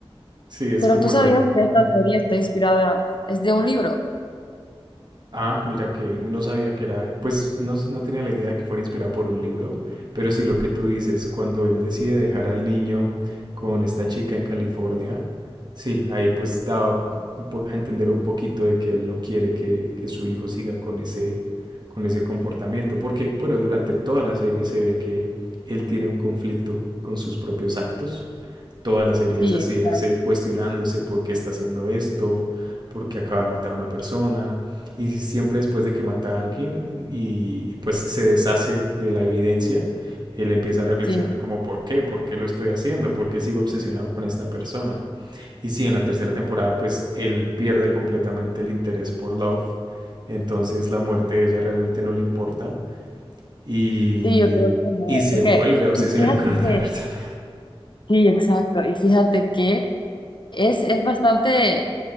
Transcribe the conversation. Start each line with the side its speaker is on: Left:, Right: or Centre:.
Right: Sí, es
Left: Pero
Right: como
Left: tú sabías
Right: lo...
Left: que esta
Right: Ujú.
Left: serie está inspirada, es de un libro.
Right: Ah, mira que no sabía que era, pues no, s- no tenía la idea de que fuera inspirado por un libro, pero sí lo que tú dices, cuando él decide dejar al niño con esta chica en California, sí, ahí pues daba un po- a entender un poquito de que él no quiere que, que su hijo siga con ese, con ese comportamiento, porque bueno, durante toda la serie se ve que él tiene un conflicto con sus propios actos Toda la serie
Left: Sí,
Right: es así,
Left: exacto,
Right: es él cuestionándose por qué está haciendo esto, por qué acaba de matar a una persona, y siempre después de que mata a alguien y pues se deshace de la evidencia, él empieza a reflexionar
Left: sí,
Right: como por qué, por qué lo estoy haciendo, por qué sigo obsesionado con esta persona. Y sí, en la tercera temporada pues él pierde completamente el interés por Love, entonces la muerte de ella realmente no le importa y,
Left: sí, yo creo que no.
Right: y se
Left: Porque,
Right: vuelve a obsesionar
Left: y fíjate
Right: con otra
Left: que
Right: persona.
Left: Sí, exacto. Y fíjate que es, es bastante